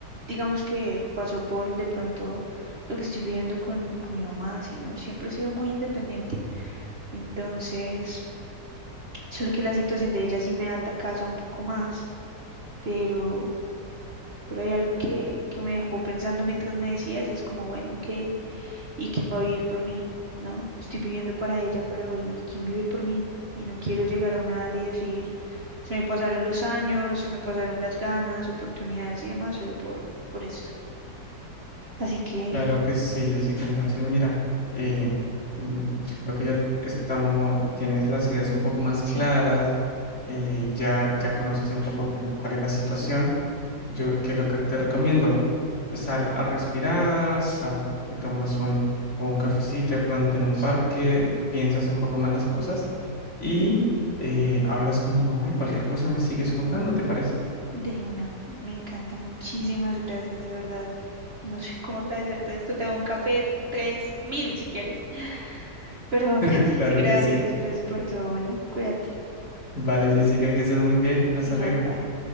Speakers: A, on the right; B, on the left.
A: digamos que pasó por de pronto lo que estoy viviendo con, con mi mamá, sino siempre he sido muy independiente. Entonces, solo que la situación de ella sí me ata casa un poco más, pero, pero hay algo que, que me dejó pensando mientras me decías y es como, bueno, ok. ¿Y quién va a vivir por mí? ¿No? Estoy viviendo para ella, pero ¿y quién vive por mí? Y no quiero llegar a una edad y decir, se me pasaron los años, se me pasaron las ganas, oportunidades y demás solo por, por esto. Así que,
B: Claro que sí, Jessica. Entonces, mira, eh, mm, yo creo que ya estamos, tienes las ideas un poco más claras,
A: sí,
B: eh, ya, ya conoces un poco, bueno, cuál es la situación. Yo, ¿qué es lo que te recomiendo? Sal a respirar, sal, te tomas un, un cafecito de pronto en un
A: sí,
B: parque, piensas un poco más las cosas y eh, hablas con tu mamá y cualquier cosa me sigues contando, ¿te parece?
A: de una. Me encanta. Muchísimas gracias, de verdad. No sé cómo agradecerte esto. Te doy un café, tres mil si quieres. <laughs> Pero
B: <laughs>
A: gracias,
B: Claro
A: gracias,
B: que sí.
A: gracias por todo. Bueno, cuídate.
B: Vale, Jessica, que estés muy bien. Hasta
A: Igual,
B: luego.
A: bye.